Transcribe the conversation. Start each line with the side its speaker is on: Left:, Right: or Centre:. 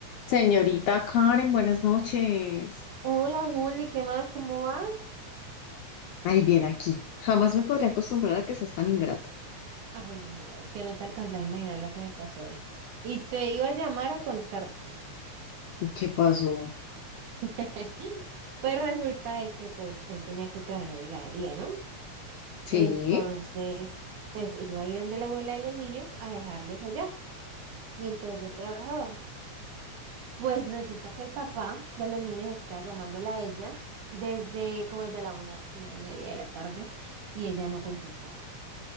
Left: Señorita Karen, buenas noches.
Right: Hola Juli, ¿qué más? ¿Cómo vas?
Left: Ay, bien aquí. Jamás me podría acostumbrar a que seas tan ingrata.
Right: Ay, no, es que no te alcanzas a imaginar lo que me pasó hoy. Y te iba a llamar a contarte.
Left: ¿Y ¿Qué pasó?
Right: <laughs> Pues resulta de que pues hoy tenía que trabajar en la heladería, ¿no?
Left: Sí,
Right: Entonces, pues iba a ir donde la abuela de los niños a dejarlos allá, mientras yo trabajaba. Pues resulta que el papá de los niños está llamándola a ella desde como desde la una, una y media de la tarde y ella no contestaba.